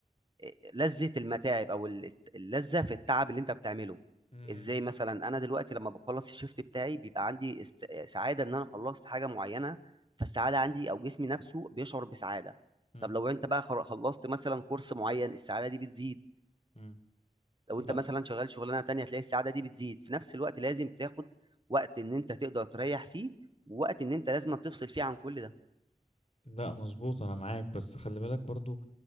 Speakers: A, on the right; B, on the left.
A: آه، لذة المتاعب او ال- اللذة في التعب اللي انت بتعمله
B: مم.
A: ازاي مثلا انا دلوقتي لما بخلص الشيفت بتاعي بيبقى عندي است- آه، سعادة ان انا خلصت حاجة معينة فالسعادة عندي او جسمي نفسه بيشعر بسعادة
B: مم.
A: طب لو انت بقى خر- خلصت مثلا كورس معين السعادة دي بتزيد
B: مم.
A: لو
B: لا
A: انت مثلا شغال شغلانه تانية هتلاقي السعاده دي بتزيد في نفس الوقت لازم تاخد وقت ان انت تقدر تريح فيه ووقت ان انت لازم تفصل فيه عن كل ده
B: لا مظبوط انا معاك بس خلي بالك برضو